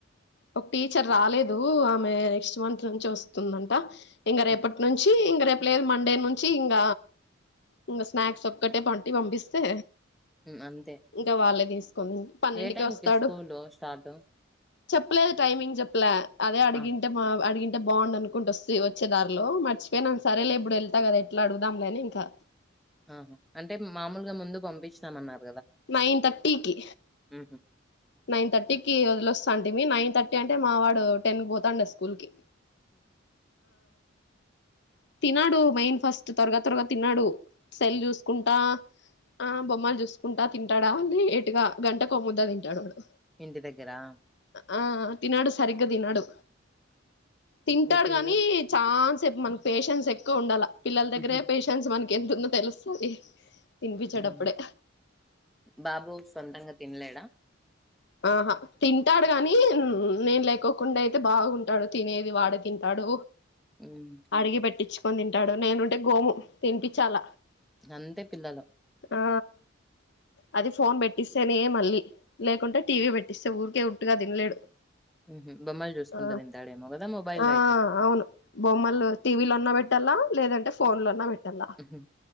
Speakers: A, on the left (about 60°); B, in the centre.
A: ఒక టీచర్ రాలేదు ఆమె నెక్స్ట్ మంత్ నుంచి వస్తుందంట ఇంగ
B: హుహు.
A: రేపటి నుంచి ఇంగ రేప్ లేదు మండే నుంచి ఇంగ ఇంగా స్నాక్స్ ఒక్కటే పంటి పంపిస్తే
B: హ్మ్. అంతే.
A: ఇంక వాళ్ళే తీసుకుని పన్నెండుకె
B: ఏ టైంకి
A: వస్తాడు
B: స్కూలు స్టార్టు?
A: చెప్పలేదు టైమింగ్ చెప్పల అదే అడిగింటె
B: ఆహా!
A: అడిగి అంటే బాగుండు అనుకుంటూ వస్తె వచ్చే దారిలో మర్చిపోయినను సరేలే ఇప్పుడు వెళ్తా కదా ఎట్లా అడుగుదాంలేని ఇంకా
B: ఆహా అంటే మామూలుగా ముందు పంపించినం అన్నారు
A: నైన్ థర్టీకి
B: హుహు.
A: నైన్ థర్టీకి వస్తా అంటే మీ నైన్ థర్టీ అంటే మా వాడు టెన్ పోతాండ స్కూల్కి తిినడు మెయిన్ ఫస్ట్ త్వరగా త్వరగా తిన్నడు సెల్ చూసుకుంటా ఆ బొమ్మలు చూసుకుంటా తింటాడా లేటుగా గంట కోమ్ముద్దా తింటాడు వాడు
B: ఇంటి దగ్గరా
A: ఆ తినడు సరిగ్గా తినడు తింటాడు
B: ఇంగ పిల్లలు
A: గాని చా సె మన పేషెన్స్ ఎక్కువ ఉండాలా పిల్లల
B: హుహు.
A: దగ్గరే పేషెన్స్ మనకి ఎంతతుందో తెలుస్తది తిన్పిచేటప్పుడే
B: హ్మ్. బాబు సొంతంగా తినలేడా
A: ఆహా తింటాడు గాని నేను లేకోకుండా అయితే బాగుంటాడు తినేది వాడే తిన్ తింటాడు
B: హ్మ్.
A: అడిగి పెట్టించుకొని తింటాడు నేనుంటే గోము తినిపిచ్చాల
B: అంతే పిల్లలు
A: ఆ అది ఫోన్ పెట్టిస్తేనే మళ్ళీ లేకుంటే టీవీ పెట్టిస్తే ఊరికే ఉట్టుగా తినలేడు
B: హుహు. బొమ్మలు జూసుకుంటూ
A: ఆ
B: తింటాడేమో గదా! మొబైల్‌లో
A: ఆ
B: అయితే.
A: అవును బొమ్మలు టీవీలో అన్నా పెట్ పెట్టల్ల లేదంటే ఫోన్ లో అన్న పెట్టాల
B: హుహు.